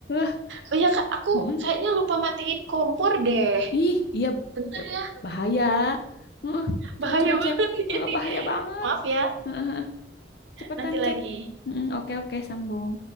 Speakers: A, on the left; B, on the right.
A: Uh,
B: Oh iya kak, aku
A: mm-mm.
B: kayaknya lupa matiin kompor deh.
A: Ih, iya,
B: Bentar
A: eh,
B: ya.
A: bahaya. Uh,
B: bahaya
A: coba-coba
B: banget
A: cek.
B: <laughs>
A: Uh,
B: ini
A: bahaya banget.
B: maaf ya
A: Uh, cepetan
B: nanti lagi
A: cek. Mm, Oke, oke, sambung.